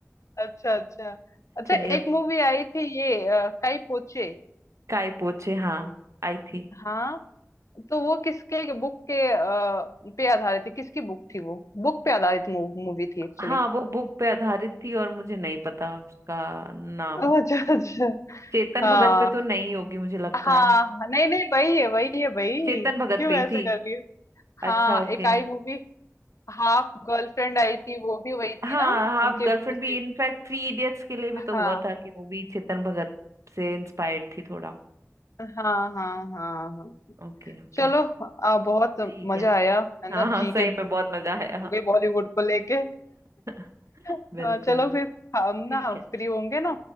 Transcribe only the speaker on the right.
चलिए अब
काय पोछे हाँ आई थी
हाँ वो बुक पे आधारित थी और मुझे नहीं पता उसका नाम
चेतन
भगत पे तो नहीं होगी मुझे लगता
है
चेतन भगत
पे ही
थी
अच्छा
ओके
हाँ
हाफ
गर्लफ्रेंड
भी इनफैक्ट थ्री इडियट्स के लिए भी तो
हुआ था कि वो भी चेतन भगत से इंस्पायर्ड थी थोड़ा
Okay okay
ठीक
है
हाँ
हाँ
सही
में बहुत मजा आया हाँ
<laughs>
बिल्कुल
ठीक
है